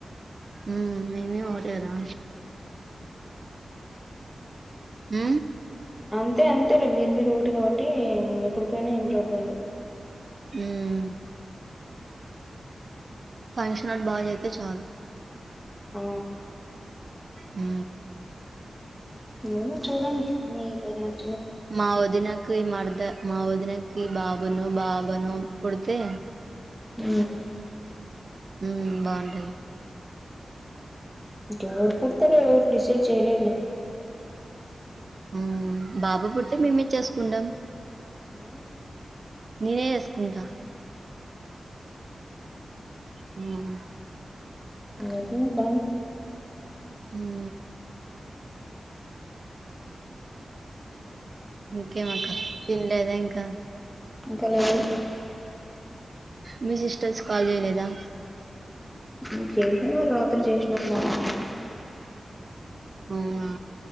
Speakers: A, on the right; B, in the centre.
A: ఉమ్ మేం మేం ఒకటే రా ఆ
B: అంతే అంతేలే మీరు మీరు ఒకటి కాబట్టి ఎప్పుడు పోయినా ఏం ప్రాబ్లం లేదు
A: ఆ ఫంక్షన్ వాళ్లు బాగా చేస్తే చాలు
B: ఆ
A: ఆ
B: ఏమి చూడని నీ కెరియర్ నిక్
A: మా వదినకి మరద మా వదినకి బాబును బాబను పుడితే
B: ఉ
A: ఉమ్ బాగుంటది
B: ఎవరు పుడతారో ఎరు డిసైడ్ చేయలేరులే
A: ఉమ్ బాబా పుడితే మేమే చేసుకుంటాం
B: ఊ
A: నేనే ఏసుకుంటా ఉ ఆ
B: ఏ తిన కా న్
A: హూ ఇంకేమక్క తిన్లేదా ఇంక
B: ఇంక లేదు
A: మీ సిస్టర్స్ కాల్ జేయలేదా?
B: ఉ చేసినారు రాత్రి చేసినారు మాట్లాడ
A: అవునా